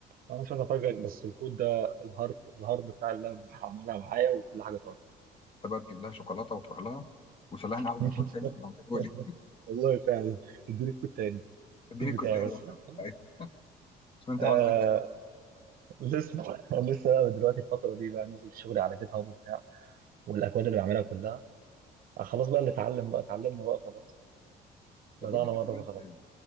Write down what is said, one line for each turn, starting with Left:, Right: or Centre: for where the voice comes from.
Right: أنا مش عايز افاجئك بس الكود ده الهارد الهارد بتاع اللاب عملها معايا وكل حاجه طارت
Left: انت بقى تجيب لها شوكولاته وتروح لها وتقول لها انا عاوز
Right: <laughs>
Left: كود تاني تبعته لي
Right: والله فعلا اديني الكود تاني
Left: اديني
Right: الكود
Left: الكود
Right: بتاعي
Left: تاني
Right: بس
Left: لو سمحت.
Right: لا خلاص
Left: شوف انت
Right: آه
Left: عاوز انهي كود
Right: لسه لسه بقى دلوقتي الفترة دي بقى نزل شغلي على جيت هاب وبتاع والأكواد اللي بعملها كلها آه خلاص بقى اللي اتعلم بقى اتعلمنا بقى خلاص
Left: طب
Right: طلعنا
Left: قول لي كده
Right: مره
Left: عملت
Right: فخلاص